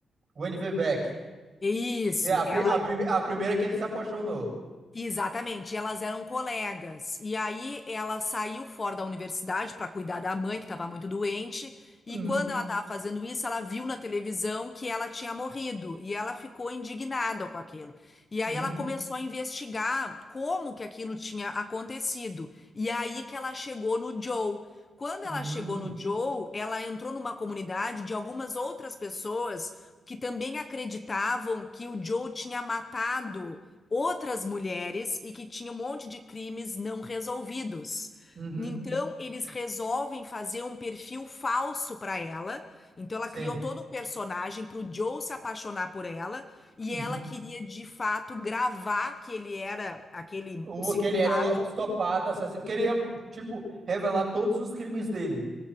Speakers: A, on the right; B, on the left.
A: Gwen Beck.
B: É Isso,
A: É a,
B: ela
A: pri- a, prime- a primeira que ele se apaixonou.
B: Exatamente, elas eram colegas. E aí ela saiu fora da universidade para cuidar da mãe, que estava muito doente.
A: Uhum,
B: E quando ela estava fazendo isso, ela viu na televisão que ela tinha morrido. E ela ficou indignada com aquilo. E aí
A: uhum,
B: ela começou a investigar como que aquilo tinha acontecido. E aí que ela chegou no Joe. Quando
A: uhum,
B: ela chegou no Joe, ela entrou numa comunidade de algumas outras pessoas que também acreditavam que o Joe tinha matado outras mulheres e que tinha um monte de crimes não resolvidos.
A: uhum,
B: Então, eles resolvem fazer um perfil falso para ela. Então, ela
A: sim.
B: criou todo um personagem para o Joe se apaixonar por ela. E
A: Uhum.
B: ela queria, de fato, gravar que ele era aquele
A: O,
B: psicopata
A: que ele era o psicopata, assassino. Queria, tipo, revelar todos os crimes dele.